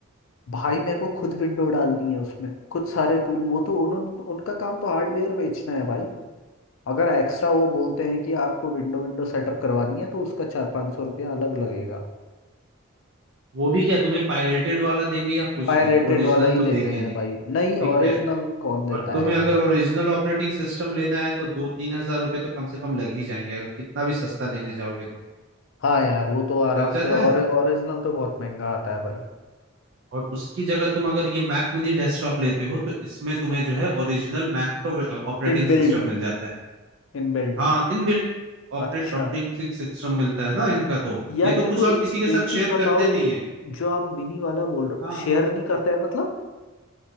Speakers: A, on the left; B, on the right.
A: भाई मेरे को खुद विंडो डालनी है उसमें खुद सारे टूल वो तो उन्होंने उनका काम तो हार्डवेयर बेचना है भाई अगर एक्स्ट्रा वो बोलते हैं कि आपको विंडो विंडो सेटअप करवानी है तो उसका चार पाँच सौ रुपया अलग लगेगा
B: वो भी क्या तुम्हें पायरेटेड वाला देंगे या कुछ
A: पायरेटेड
B: देंगे ओरिजिनल
A: वाला ही
B: तो देंगे
A: देते हैं
B: नहीं
A: भाई नहीं
B: ठीक
A: ओरिजिनल
B: है
A: कौन
B: और
A: देता
B: तुम्हें
A: है यार
B: अगर ओरिजिनल ऑपरेटिंग सिस्टम लेना है तो दो तीन हजार रुपए तो कम से कम लग ही जाएंगे अगर कितना भी सस्ता लेने जाओगे तो
A: हाँ यार वो तो आराम
B: लग जाता
A: से और
B: है
A: ओरिजिनल तो बहुत महंगा आता है भाई
B: और उसकी जगह तुम अगर ये मैक मिनी डेस्कटॉप लेते हो तो इसमें तुम्हें जो है ओरिजिनल मैक का ऑपरेटिंग
A: इनबिल्ड
B: सिस्टम मिल जाता है
A: इनबिल्ड
B: हाँ इनबिल्ट ऑपरेटिंग
A: अच्छा
B: सिस्टम मिलता है ना इनका तो
A: यार
B: ये तो
A: मेरे
B: कुछ
A: को
B: और किसी के साथ
A: एक चीज
B: शेयर
A: बताओ
B: करते नहीं है
A: जो आप मिनी वाला बोल रहे
B: हाँ
A: शेयर नहीं करते हैं मतलब